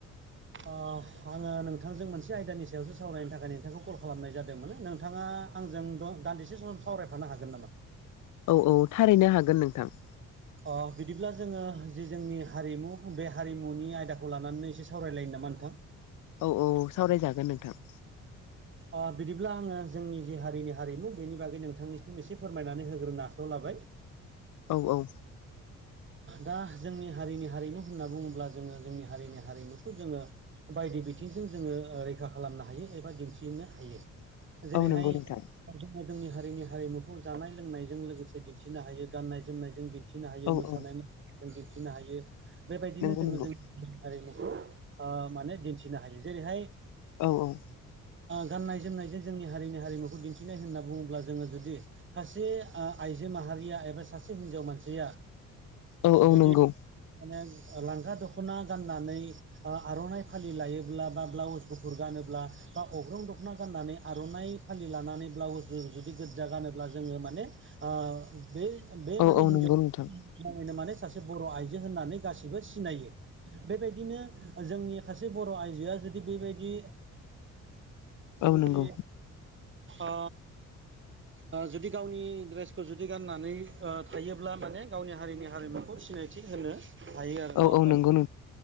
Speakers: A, on the right; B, on the left.
A: ओ आङो नोंथांजों मोनसे आयदानि सायावसो सावरायनो थाखाय नोंथांखौ कल खालामनाय जादोंमोन नोंथाङा आंजों द-दान्दिसे सम सावरायफानो हागोन नामा?
B: औ औ थारैनो हागोन नोंथां।
A: अ बिदिब्ला जोङो जे जोंनि हारिमु बे हारिमुनि आयदाखौ लानानैनो एसे सावरायलायो नामा नोंथां?
B: औ औ सावरायजागोन नोंथां।
A: अ बिदिब्ला आङो जोंनि जि हारिनि हारिमु बेनि बागै नोंथांनिसिम एसे फोरमायनानै होग्रोनो आखाइायाव लाबाय।
B: औ औ
A: दा जोंनि हारिनि हारिमु होनना बुङोब्ला जोङो जोंनि हारिनि हारिमुखौ जोङो बायदि बिथिंजों जोङो ओ रैखा खालामनो हायो एबा दिन्थिनो हायो जेरैहाय
B: औ नंगौ नोंथां
A: बा जोङो जोंनि हारिनि हारिमुखौ जानाय लोंनायजों लोगोसे दिन्थिनो हायो गाननाय जोमनायजों दिन्थि नो हायो
B: औ
A: मोसानाय
B: औ
A: <unintelligible> दिन्थिनो हायो बेबायदिनो
B: नंगौ
A: जोङो
B: नंगौ
A: जों हारिमुखौ ओ माने दिन्थिनो हायो जेरैहाय
B: औ औ।
A: गाननाय जोमनायजों जोंनि हारिनि हारिमुखौ दिन्थिनाय होनना बुङोब्ला जोङो जुदि सासे आइजो माहारिया एबा सासे हिन्जाव मानसिया
B: औ औ
A: जुदि
B: नंगौ
A: माने लांगा दख'ना गाननानै आ आर'नाइ फालि लायोब्ला बा ब्लाउस गुफुर गानोब्ला बा अग्रं दख'ना गाननानै आर'नाइ फालि लानानै ब्लाउसजों जुदि गोजा गानोब्ला जोङो माने आ बे बे माने
B: औ औ
A: हिनजाव
B: नंगौ नोंथां
A: माने सासे बर' आइजो होननानै गासिबो सिनायो। बेबायदिनो जोंनि सासे बर' आइजोआ जुदि बेबायदि
B: औ
A: जुदि
B: नंगौ
A: ओ ओ जुदि गावनि ड्रेसखौ जुदि गाननानै ओ थायो ब्ला माने गावनि हारिनि हारिमुखौ सिनायथि होनो हायो आरो नङा
B: औ
A: होमबा
B: औ नंगौ
A: नोंथां?